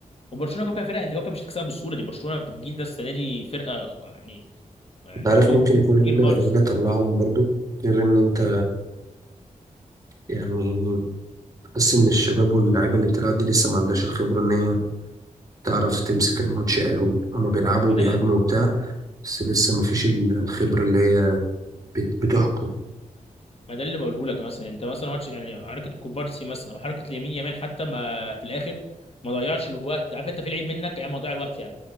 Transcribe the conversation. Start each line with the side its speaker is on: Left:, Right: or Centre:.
Left: وبرشلونة كوكا فرقة انت كوكا مش هتكسبها بالسهولة دي برشلونة في الجيل ده السنة دي فرقة يعني يعني
Right: انت عارف
Left: توب
Right: ممكن يكون ايه
Left: كتير
Right: اللي
Left: خالص
Right: إيه اللي طلعهم برضو غير ان انت يعني تحس ان الشباب واللعيبه اللي بتلعب دي لسه ما عندهاش الخبره ان هي تعرف تمسك الماتش قوي هما بيلعبوا
Left: ما
Right: وبيهاجموا
Left: ده اللي-
Right: وبتاع بس لسه ما فيش ال- الخبره اللي هي بت- بتحكم
Left: ما ده اللي بقوله لك مثلا انت مثلا ماتش يعني حركة كوبارسي مثلا او حركة اليمين يامال حتى ما في الاخر ما ضيعش الوقت عارف انت في لعيب منك يا عم ضيع الوقت يا عم